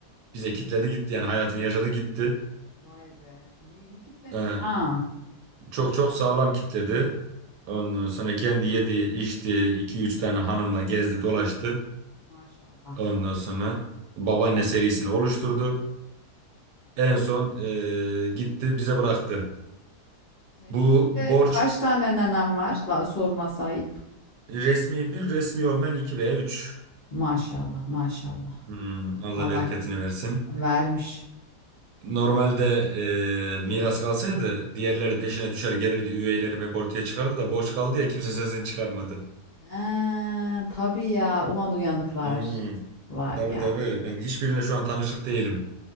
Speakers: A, on the left; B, on the right.
A: Oo,
B: Bize kitledi gitti yani hayatını yaşadı gitti.
A: vay be. İyi, iyi kitlemiş
B: E,
A: ha. Ha,
B: Çok çok sağlam kitledi. Ondan sonra kendi yedi, içti, iki üç tane hanımla gezdi, dolaştı.
A: maşallah.
B: Ondan sonra babaanne serisini oluşturdu. En son eee, gitti bize bıraktı.
A: Senin
B: Bu
A: şimdi
B: borç
A: kaç tane nenem var? La, sorma ayıp.
B: resmi bir, resmi olmayan iki veya üç.
A: Maşallah, maşallah.
B: Hmm, Allah
A: Allah
B: bereketini versin.
A: vermiş.
B: Normalde eee, miras kalsaydı diğerleri peşine düşer gelirdi. Üyelerim hep ortaya çıkardı da borç kaldı ya kimse sesini çıkarmadı.
A: He, tabii ya. Ulan uyanıklar.
B: Hmm,
A: Var
B: tabii
A: ya.
B: tabii ben hiçbiriyle şu an tanışık değilim.